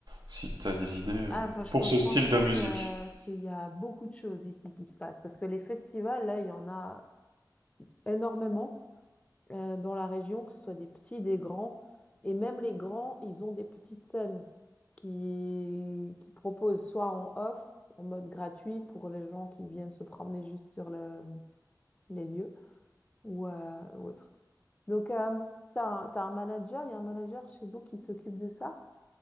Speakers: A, on the right; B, on the left.
A: si tu as des idées euh,
B: Ah, moi, je
A: pour
B: pense
A: ce
B: franchement
A: style de musique.
B: que, qu'il y a beaucoup de choses ici qui se passent, parce que les festivals, là, il y en a énormément. euh, dans la région, que ce soit des petits, des grands. Et même les grands, ils ont des petites scènes qui, qui proposent soit en off, en mode gratuit pour les gens qui viennent se promener juste sur le- les lieux ou euh, ou autre. Donc, tu as, un t'as un manager, il y a un manager chez vous qui s'occupe de ça?